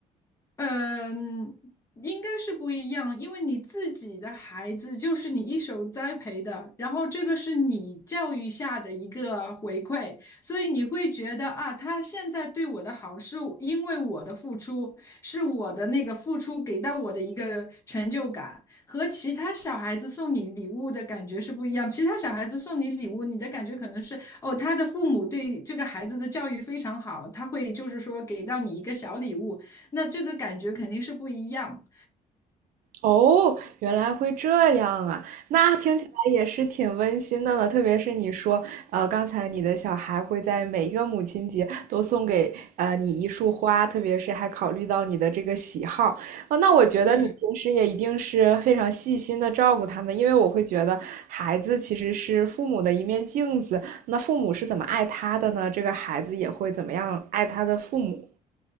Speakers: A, on the left; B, on the right.
A: 嗯，应该是不一样，因为你自己的孩子就是你一手栽培的，然后这个是你教育下的一个回馈，所以你会觉得啊，他现在对我的好是因为我的付出，是我的那个付出给到我的一个成就感，和其他小孩子送你礼物的感觉是不一样。其他小孩子送你礼物，你的感觉可能是哦，他的父母对这个孩子的教育非常好，他会就是说给到你一个小礼物。那这个感觉肯定是不一样。
B: 哦，原来会这样啊！那听起来也是挺温馨的呢。特别是你说，呃，刚才你的小孩会在每一个母亲节都送给呃你一束花，特别是还考虑到你的这个喜好哦，那我觉得你平时也一定是非常细心的照顾他们，
A: 对，
B: 因为我会觉得孩子其实是父母的一面镜子，那父母是怎么爱他的呢？这个孩子也会怎么样爱他的父母。